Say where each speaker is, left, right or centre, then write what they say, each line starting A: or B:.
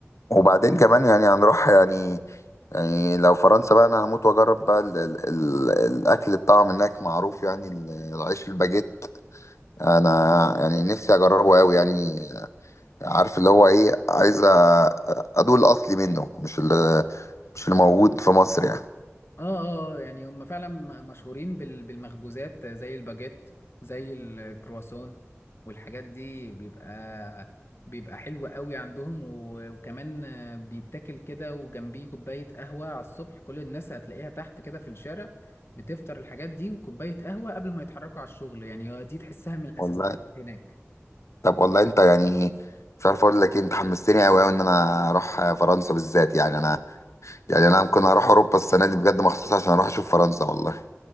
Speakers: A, on the left; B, on the left.
A: وبعدين كمان يعني هنروح يعني يعني لو فرنسا بقى انا هموت واجرب بقى ال ال ال الاكل بتاعهم هناك معروف يعني ال- العيش الباجيت انا يعني نفسي اجربه قوي يعني عارف اللي هو ايه عايز أ- ادوق الاصلي منه مش اللي مش اللي موجود في مصر يعني
B: اه اه آه، يعني هم فعلا م- مشهورين بال- بالمخبوزات زي الباجيت زي الكرواسون والحاجات دي بيبقى بيبقى حلو قوي عندهم و- وكمان آه، بيتاكل كده وجنبيه كوباية قهوة على الصبح كل الناس هتلاقيها تحت كده في الشارع بتفطر الحاجات دي وكوباية قهوة قبل ما يتحركوا على الشغل يعني دي تحسها من الأساسيات
A: والله
B: هناك
A: طب والله انت يعني مش عارف اقول لك ايه انت حمستني قوي قوي ان انا اروح فرنسا بالذات يعني انا يعني انا ممكن اروح اوروبا السنه دي بجد مخصوص عشان اروح اشوف فرنسا والله